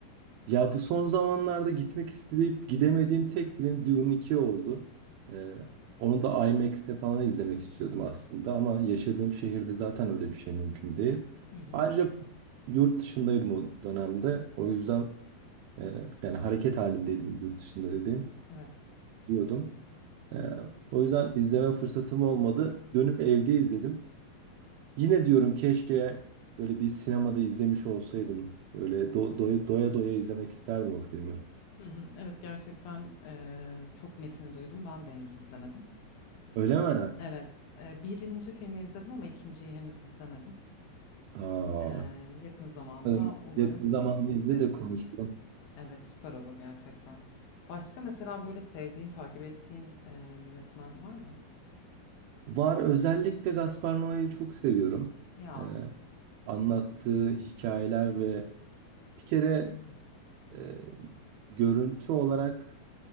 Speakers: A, on the right (about 80°); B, on the left (about 85°).
A: Ya bu son zamanlarda gitmek isteyip gidemediğim tek film Dune 2 oldu. Ee, onu da IMAX'te falan izlemek istiyordum aslında ama yaşadığım şehirde zaten öyle bir şey mümkün değil.
B: Hı hı.
A: Ayrıca yurt dışındaydım o dönemde. O yüzden e, yani hareket halindeydim yurt dışında dediğim
B: Evet.
A: diyordum. Ee, o yüzden izleme fırsatım olmadı. Dönüp evde izledim. Yine diyorum keşke böyle bir sinemada izlemiş olsaydım. Böyle do- doya, doya doya izlemek isterdim o filmi.
B: Hı hı, Evet gerçekten eee, çok metini duydum. Ben de henüz izlemedim.
A: Öyle mi?
B: Evet, eee, birinci filmi izledim ama ikinciyi henüz izlemedim.
A: Aa,
B: Eee, yakın zamanda
A: bakalım
B: umarım
A: yakın zamanda
B: izlerim.
A: izle de konuşalım.
B: Evet, süper olur gerçekten. Başka mesela böyle sevdiğin, takip ettiğin eee, yönetmen var mı?
A: Var özellikle Gaspar Noé'yi çok seviyorum.
B: Ya,
A: Ee, anlattığı hikayeler ve bir kere e, görüntü olarak